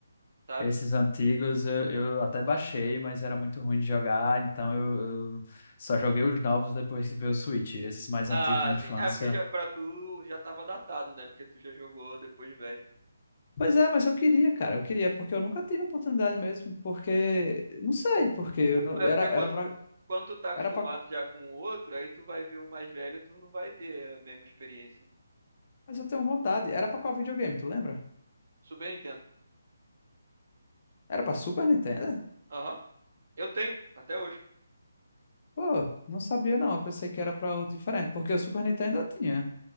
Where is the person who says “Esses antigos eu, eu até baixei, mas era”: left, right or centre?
Left